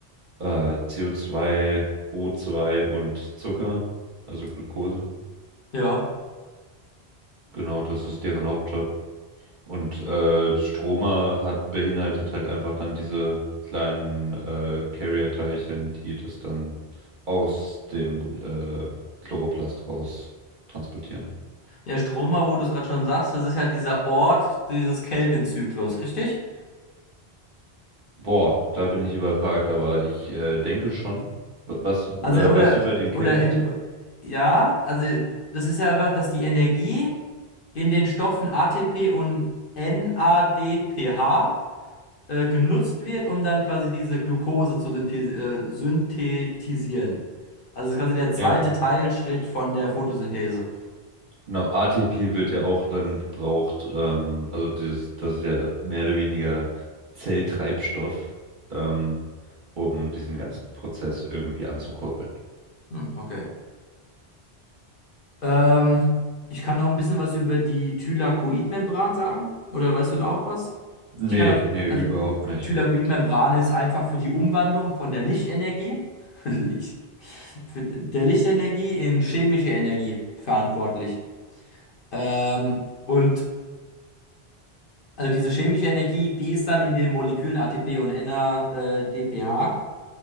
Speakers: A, on the right; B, on the left.
A: äh, CO2, O2 und Zucker, also Glucose.
B: Ja.
A: Genau, das ist deren Hauptjob. Und äh, Stromer hat beinhaltet halt einfach dann diese kleinen äh, Carrier-Teilchen, die das dann aus dem äh, Chloroplast raus transportieren.
B: Ja, Stroma, wo du es gerade schon sagst, das ist ja dieser Ort dieses Kelvin-Zyklus, richtig?
A: Boah, da bin ich überfragt, aber ich äh, denke schon. W- Was äh,
B: Also, oder,
A: weißt du über den Kelvin-Zug?
B: oder im, ja, also, das ist ja einfach, dass die Energie in den Stoffen ATP und NADPH äh, genutzt wird, um dann quasi diese Glucose zu synthes äh, synthetisieren. Also es ist quasi der zweite
A: Ja,
B: Teilschritt von der Photosynthese.
A: genau. ATP wird ja auch dann gebraucht. Ähm, also dieses, das ist ja mehr oder weniger Zelltreibstoff, ähm, um diesen ganzen Prozess irgendwie anzukurbeln.
B: Hm, okay. Ähm, ich kann auch ein bisschen was über die Thylakoidmembran sagen. Oder weißt du da auch was?
A: Nee,
B: Ich kann da,
A: nee,
B: also
A: überhaupt nicht.
B: Thylakoidmembran ist einfach für die Umwandlung von der Lichtenergie, <laughs> Licht, für der Lichtenergie in chemische Energie verantwortlich. Ähm, und Also diese chemische Energie, die ist dann in den Molekülen ATP und NADPH